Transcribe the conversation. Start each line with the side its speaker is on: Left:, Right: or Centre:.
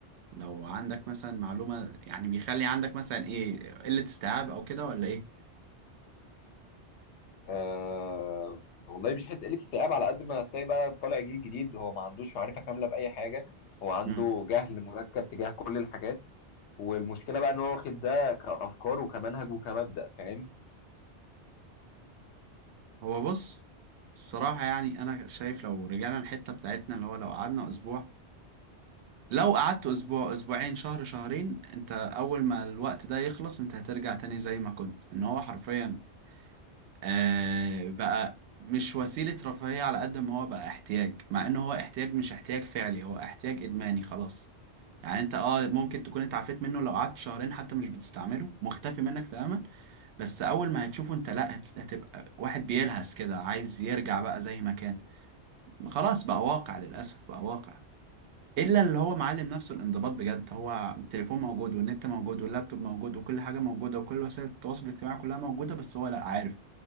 Right: لو عندك مثلا معلومه يعني بيخلي عندك مثلا ايه قله استيعاب او كده ولا ايه
Left: آه والله مش حته قله استيعاب على قد ما هتلاقي بقى طالع جيل جديد هو ما عندوش معرفه كامله باي حاجه هو عنده
Right: مم.
Left: جهل مركب تجاه كل الحاجات والمشكله بقى ان هو واخد ده كافكار وكمنهج وكمبدأ فاهم
Right: هو بص الصراحه يعني انا شايف لو رجعنا الحته بتاعتنا اللي هو لو قعدنا اسبوع لو قعدت اسبوع اسبوعين شهر شهرين انت اول ما الوقت ده يخلص انت هترجع تاني زي ما كنت ان هو حرفيا آه بقى مش وسيله رفاهيه على قد ما هو بقى احتياج مع ان هو احتياج مش احتياج فعلي هو احتياج ادماني خلاص يعني انت اه ممكن تكون انت عفيت منه لو قعدت شهرين حتى مش بتستعمله مختفي منك تماما بس اول ما هتشوفه انت لا هت- هتبقى واحد بيلهس كده عايز يرجع بقى زي ما كان خلاص بقى واقع للاسف بقى واقع الا اللي هو معلم نفسه الانضباط بجد هو التليفون موجود والنت موجود واللابتوب موجود وكل حاجه موجوده وكل وسائل التواصل الاجتماعي كلها موجوده بس هو لا عارف